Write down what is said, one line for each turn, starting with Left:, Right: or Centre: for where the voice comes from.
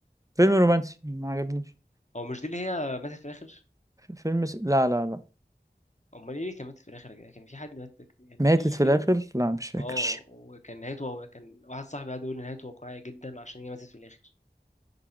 Right: فيلم رومانسي ما عجبنيش
Left: هو مش دي اللي هي ماتت في الاخر
Right: فيلم س... لا لا لا
Left: امال ايه اللي كان ماتت في الاخر يا جدع؟ كان في حد مات كان
Right: ماتت
Left: في
Right: في
Left: فيلم
Right: الاخر لا مش فاكر
Left: اه وكان نهايته هو كان واحد صاحبي قاعد يقول لي نهايته واقعيه جدا عشان هي ماتت في الاخر